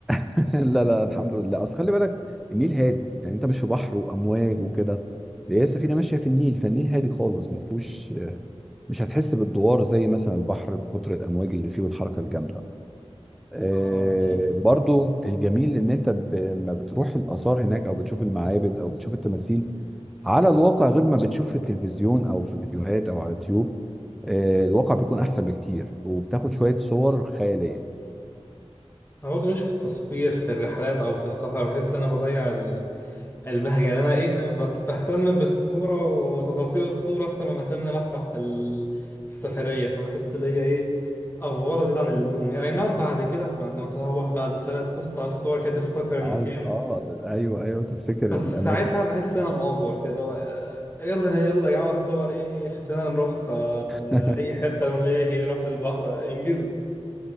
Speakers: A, in the centre; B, on the left.
A: <laughs> لا لا الحمد لله اصل خلي بالك النيل هادي يعني انت مش في بحر وامواج وكده ده هي السفينه ماشيه في النيل فالنيل هادي خالص ما فيهوش مش هتحس بالدوار زي مثلا البحر بكتر الامواج اللي فيه والحركه الجامده آه،
B: أه أكيد
A: برضو الجميل ان انت ب- لما بتروح الاثار هناك او بتشوف المعابد او بتشوف التماثيل على الواقع غير ما بتشوف في التلفزيون او في فيديوهات او على اليوتيوب آه، الواقع بيكون احسن بكتير وبتاخد شويه صور خياليه
B: أنا برضه مش في التصوير في الرحلات أو في السفر بحس إن أنا بضيع البهجة اللي أنا إيه بت- بهتم بالصورة وتفاصيل الصورة أكتر ما بهتم إن أنا أفرح في, ال... في السفرية فبحس إن هي إيه أفورة زيادة عن اللزوم هي أي نعم بعد كده بعد ما تروح بعد سنة تبص على الصور كده تفتكر المكان
A: عايز اه ايوه ايوه تفتكر
B: بس
A: الاماكن
B: ساعتها بحس إن أنا مأفور كده اللي هو آه، يلا يلا يا جماعة الصور إيه خلينا نروح آه،
A: <laughs>
B: أي حتة من إيه نروح البحر آه، انجزوا